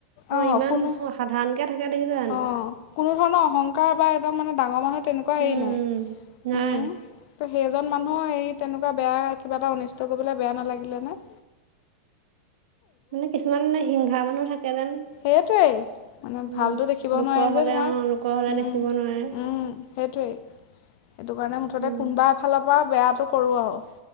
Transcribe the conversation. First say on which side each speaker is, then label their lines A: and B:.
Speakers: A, on the right; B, on the left.
A: অ',
B: অঁ
A: ইমান
B: কোনো
A: সাধাৰণকে থাকে দেখিছা জানো।
B: অঁ কোনো ধৰণৰ অহংকাৰ বা একদম মানে ডাঙৰ মানুহ তেনেকুৱা
A: উম
B: হেৰি নাই,
A: উম নাই
B: উম। ত' সেইজন মানুহৰ হেৰি তেনেকুৱা বেয়া কিবা এটা অনিষ্ট কৰিবলৈ বেয়া নালাগিলে নে।
A: মানে কিছুমানে হিংহা মানুহ থাকে যেন।
B: সেইয়টোৱে, মানে
A: উম
B: ভালতটো দেখিব
A: লোকৰ
B: নোৱাৰে
A: হলে
B: যে তোমাৰ,
A: অ লোকৰ হলে
B: উম,
A: দেখিব নোৱাৰে
B: উম। সেইটোৱে, সেইটো কাৰণে মুঠতে
A: উম
B: কোনবা ফালৰ পৰা বেয়াটো কৰোঁ আৰু।